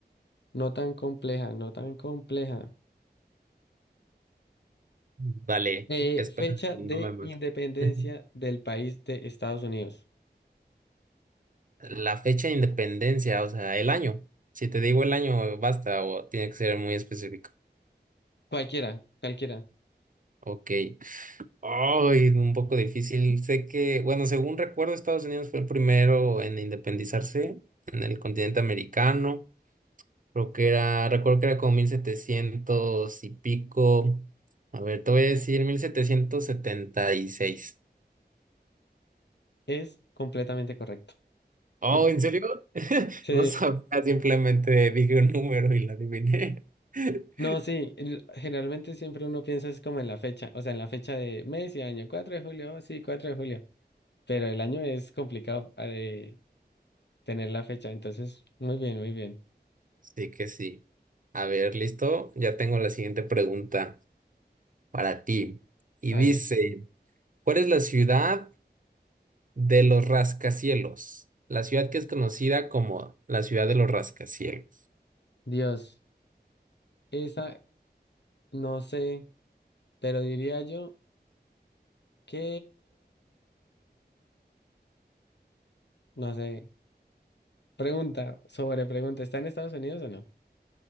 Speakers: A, on the left; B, on the right.
A: no tan compleja, no tan compleja.
B: Dale,
A: Eh,
B: espera,
A: fecha
B: no
A: de
B: me mato.
A: independencia
B: <laughs>
A: del país de Estados Unidos.
B: La fecha de independencia, o sea, el año. Si te digo el año, basta, o tiene que ser muy específico.
A: Cualquiera, cualquiera.
B: Ok. Ay, un poco difícil. Sé que, bueno, según recuerdo, Estados Unidos fue el primero en independizarse en el continente americano. Creo que era, recuerdo que era como 1700 y pico. A ver, te voy a decir 1776.
A: Es completamente correcto.
B: Oh,
A: <laughs>
B: ¿en serio? <laughs>
A: Sí.
B: No sabía, simplemente dije un número y la adiviné. <laughs>
A: No, sí, el- generalmente siempre uno piensa es como en la fecha, o sea, en la fecha de mes y año, cuatro de julio, oh, sí, 4 de julio, pero el año es complicado eh, tener la fecha, entonces, muy bien, muy bien.
B: Sí que sí. A ver, listo. Ya tengo la siguiente pregunta para ti. Y
A: A
B: dice,
A: ver,
B: ¿cuál es la ciudad de los rascacielos? La ciudad que es conocida como la ciudad de los rascacielos.
A: Dios, esa, no sé, pero diría yo que, no sé, pregunta sobre pregunta, ¿está en Estados Unidos o no?